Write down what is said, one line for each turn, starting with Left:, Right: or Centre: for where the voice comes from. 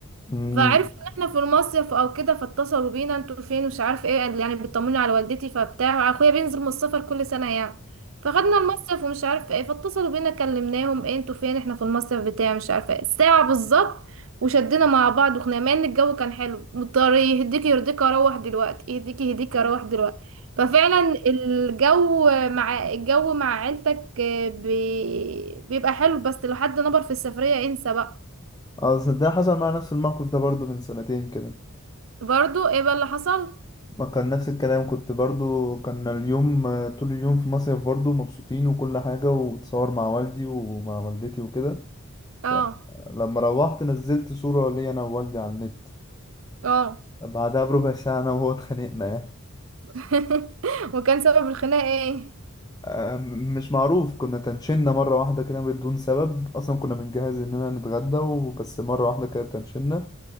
Left: امم
Right: فعرفوا ان احنا في المصيف او كده فاتصلوا بينا انتوا فين مش عارف ايه قال- يعني بيطمنوا على والدتي فبتاع اخويا بينزل من السفر كل سنه يعني فخدنا المصيف ومش عارف ايه فاتصلوا بينا كلمناهم ايه انتوا فين احنا في المصيف بتاع مش عارفه ايه ساعه بالظبط وشدنا مع بعض وخنا مع ان الجو كان حلو مضطر يهديك يرضيك اروح دلوقتي يهديك يهديك اروح دلوقتي ففعلا الجو مع الجو مع عيلتك آه، بي... بيبقى حلو بس لو حد نبر في السفريه انسى بقى
Left: اه صدق حصل معايا نفس الموقف ده برضو من سنتين كده
Right: برضو ايه بقى اللي حصل
Left: ما كان نفس الكلام كنت برضو كان اليوم آه، طول اليوم في مصيف برضو مبسوطين وكل حاجة وتصور مع والدي ومع والدتي وكده
Right: اه
Left: فلما روحت نزلت صورة ليا أنا ووالدي على النت
Right: اه
Left: بعدها بربع ساعة أنا وهو اتخانقنا يعني
Right: <laughs> وكان سبب الخناقة ايه
Left: آه، م- مش معروف كنا تنشنا مرة واحدة كده بدون سبب أصلا كنا بنجهز إننا نتغدى وبس مرة واحدة كده تنشنا